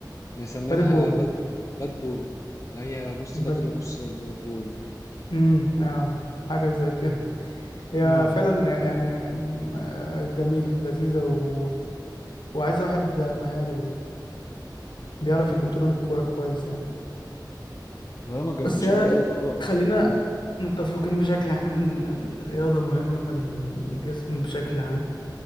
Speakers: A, on the left; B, on the left.
A: مسمينها
B: بادل بول
A: باد باد بول اللي هي نص بدل
B: باد...
A: ونص ب- بول يعني
B: مم. اه حاجة زي كده هي
A: امم
B: فعلا يعني مم، آه، جميلة لذيذة و... وعايزة واحد مهاري وبيعرف يكنترول الكورة كويس يعني
A: والله انا ما جربتهاش
B: بس هي
A: قبل كده بس انا ب...
B: خلينا
A: مم.
B: متفقين بشكل عام إن الرياضة مهمة للجسم بشكل عام